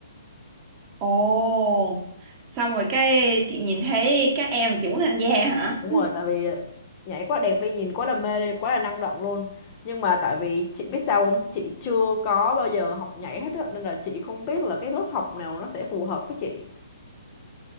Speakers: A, on the right; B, on the left.
A: ồ xong rồi cái chị nhìn thấy các em chị muốn tham gia hả
B: Đúng rồi, tại vì nhảy quá đẹp đi, nhìn quá là mê đi, quá là năng động luôn. Nhưng mà tại vì chị biết sao không? Chị chưa có bao giờ học nhảy hết á, nên là chị không biết là cái lớp học nào nó sẽ phù hợp với chị.